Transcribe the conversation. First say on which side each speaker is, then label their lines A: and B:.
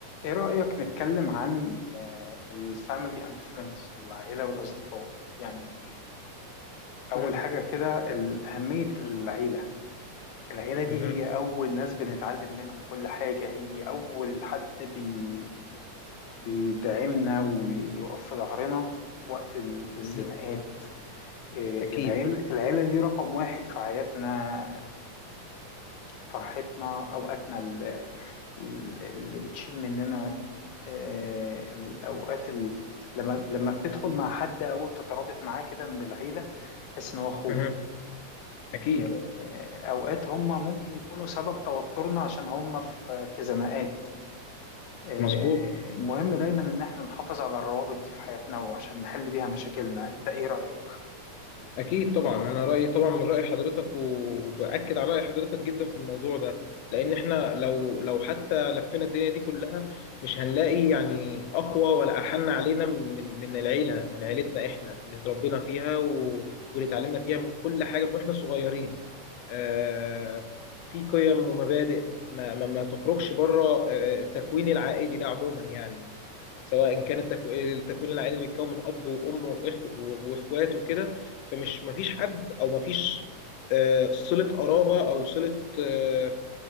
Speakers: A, on the left (about 70°); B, on the left (about 85°).
A: ايه رأيك نتكلم عن الفاميلي اند فريندز العيلة والأصدقاء يعني أول
B: مم.
A: حاجة كده ال- أهمية العيلة العيلة دي
B: مم.
A: هي أول ناس بنتعلم منهم كل حاجة هي أول حد بي بيدعمنا ويقف في ظهرنا في وقت ال-
B: أكيد
A: الزنقات إيه،
B: أكيد
A: العيلة العيلة دي رقم واحد في حياتنا فرحتنا أوقاتنا ال- ال- اللي بتشيل مننا آه، الأوقات ال- لما لما بتدخل مع حد أو تترابط معاه كده من العيلة تحس إن هو أخوك
B: مم. أكيد
A: آه، آه، أوقات هم ممكن يكونوا سبب توترنا عشان هم في في زناقات آه،
B: مظبوط
A: مهم دايما إن إحنا نحافظ على الروابط دي في حياتنا وعشان نحل بيها مشاكلنا أنت إيه رأيك؟
B: أكيد طبعا أنا رأيي طبعا من رأي حضرتك وبأكد على رأي حضرتك جدا في الموضوع ده لأن إحنا لو لو حتى لفينا الدنيا دي كلها مش هنلاقي يعني أقوى ولا أحن علينا من من من العيلة من عيلتنا إحنا اللي اتربينا فيها و- واللي اتعلمنا فيها من كل حاجة من وإحنا صغيرين. آه، في قيم ومبادئ ما ما, ما تخرجش بره آه، التكوين العائلي ده عموما يعني سواء كان التكو- التكوين العائلي اللي بيتكون من أب وأم وإخ وإخوات وكده فمش مفيش حد او مفيش آه، صلة قرابة او صلة آه،